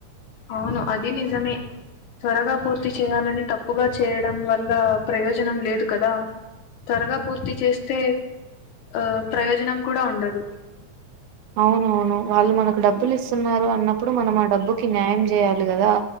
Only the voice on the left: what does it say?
అవును అది నిజమే త్వరగ పూర్తి చేయాలని తప్పుగా చేయడం వల్ల ప్రయోజనం లేదు కదా త్వరగా పూర్తి చేస్తే హ ప్రయోజనం కూడ ఉండదు